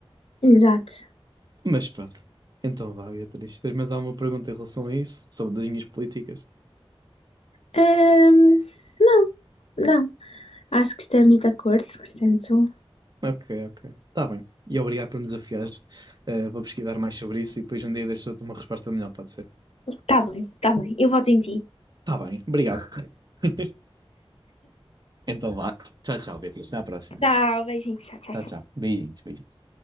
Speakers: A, on the left; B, on the right.
A: Exato.
B: Mas pronto. Então vá, Beatriz. Tens mais alguma pergunta em relação a isso? Sobre as minhas políticas?
A: Ahm, não, não. Acho que estamos de acordo, portanto.
B: Ok, ok. Está bem. E obrigado por me desafiares. Eh, vou pesquisar mais sobre isso e depois um dia deixo-te uma resposta melhor, pode ser?
A: Tá bem, tá bem. Eu voto em ti.
B: Está bem, obrigado. <laughs> Então vá. Tchau, tchau, Beatriz. Até à próxima.
A: Tchau, beijinhos. Tchau, tchau,
B: Tchau,
A: tchau.
B: tchau. Beijinhos, beijinhos.